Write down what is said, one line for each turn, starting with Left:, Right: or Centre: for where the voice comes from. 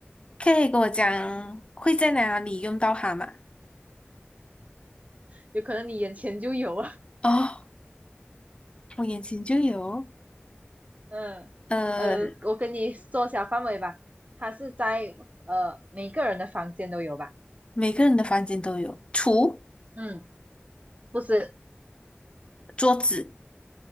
Left: 可以跟我讲会在哪里用到它嘛？
Right: 有可能你眼前就有啊。
Left: 哦。我眼前就有，
Right: 嗯，
Left: 呃，
Right: 呃，我跟你缩小范围吧，它是在呃每个人的房间都有吧？
Left: 每个人的房间都有橱、
Right: 嗯，不是
Left: 桌子，